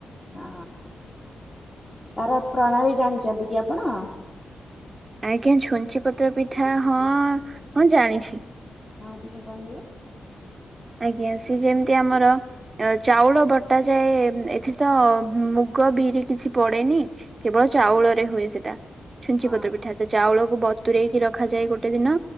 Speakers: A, on the left; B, on the right.
A: ହଁ, ତାର ପ୍ରଣାଳୀ ଜାଣିଛନ୍ତି କି ଆପଣ?
B: ଆଜ୍ଞା, ଝୁଞ୍ଚି ପତ୍ର ପିଠା ହଁ, ହଁ ଜାଣିଛି।
A: ହଁ, ଟିକେ କହିବେ?
B: ଆଜ୍ଞା, ସେ ଯେମିତି ଆମର ଚାଉଳ ବଟାଯାଏ, ଏଥିରେ ତ ମୁଗ ବିରି କିଛି ପଡେନି କେବଳ ଚାଉଳରେ ହୁଏ ସେଟା, ଛୁଞ୍ଚି
A: ହଁ
B: ପତ୍ର ପିଠା। ତ, ଚାଉଳକୁ ବତୁରଇକି ରଖାଯାଏ ଗୋଟେ ଦିନ